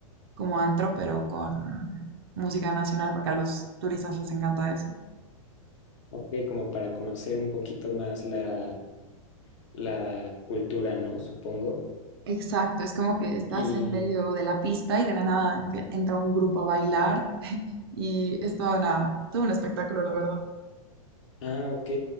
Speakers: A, on the right; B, on the left.
A: como antro, pero con música nacional, porque a los turistas les encanta eso.
B: Ok, como para conocer un poquito más la, la cultura, ¿no? Supongo.
A: Exacto, es como que estás
B: Y
A: en medio de la pista y de la nada empie- entra un grupo a bailar y es toda una, todo un espectáculo, la verdad.
B: Ah, ok.